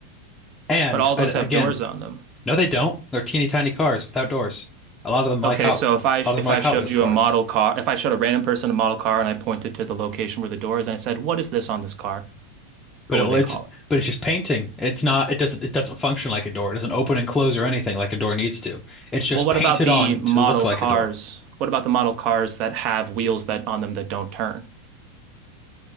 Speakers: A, on the left (about 20°); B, on the right (about 50°).
A: And
B: but all those
A: a-
B: have
A: again,
B: doors on them.
A: no, they don't. They're teeny tiny cars without doors. A lot of them like
B: Okay,
A: Hot,
B: so
A: a
B: if I
A: lot of them
B: if
A: are
B: I
A: like Hot
B: showed
A: Wheels
B: you
A: cars.
B: a model car, if I showed a random person a model car and I pointed to the location where the door is and I said, "What is this on this car?"
A: But
B: What
A: it,
B: would
A: it's
B: they call it?
A: but it's just painting. It's not. It doesn't. It doesn't function like a door. It doesn't open and close or anything like a door needs to. It's just
B: Well, what
A: painted
B: about the
A: on
B: model
A: to look like
B: cars?
A: a door.
B: What about the model cars that have wheels that on them that don't turn?